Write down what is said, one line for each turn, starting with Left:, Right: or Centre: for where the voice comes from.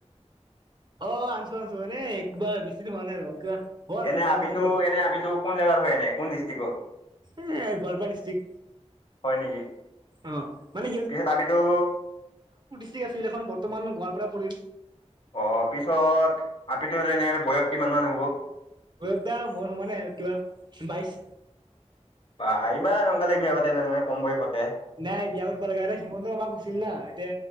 Right: অ, আনছো আনছো মানে এ কিবা বেছি দিন হোৱা নাই আৰু কিবা। হ'ল
Left: এনে আপিটো
Right: পোন্ধৰ
Left: এনে আপিটো কোন জোগাৰ হয় এনে কোন ডিষ্ট্ৰিকটৰ।
Right: এ গোৱালপাৰা ডিষ্ট্ৰিক্ট
Left: হয় নেকি?
Right: অ, মানে
Left: পিছত আপিতু
Right: তি আছিল এখন বৰ্তমান গোৱাল পোৰা পোৰি
Left: অ', পিছত আপিটোৰ এনে বয়স কিমান মান হ'ব?
Right: বয়স তাৰ মোৰ সমানে কিবা বাইশ।
Left: বা ইমান সোনকালে বিয়া পাতি নে মানে কম বয়সট।
Right: নাই বিয়া পঠব লগাগা আৰু সিমন্ত মামা কৈছিলনা টে।